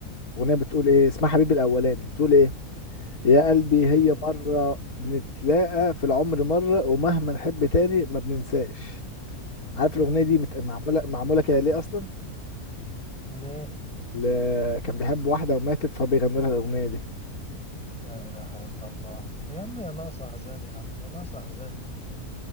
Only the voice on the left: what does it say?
اغنيه بتقول ايه اسمها حبيبي الاولاني بتقول ايه يا قلبي هي
مره بنتلاقى في العمر مره ومهما نحب تاني ما بننساش عارف الاغنيه دي مت...
معموله معموله كده ليه اصلا
ل... كان بيحب واحده وماتت فبيغنوا لها الاغنيه دي